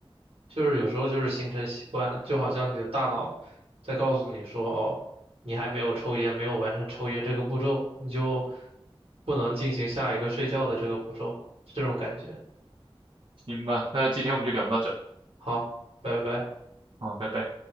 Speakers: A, on the right; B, on the right.
A: 就是有时候就是形成习惯了，就好像你的大脑在告诉你说，哦，你还没有抽烟，没有完成抽烟这个步骤，你就不能进行下一个睡觉的这个步骤，这种感觉。
B: 行吧，那今天我们就聊到这儿，
A: 好，拜拜。
B: 嗯，拜拜。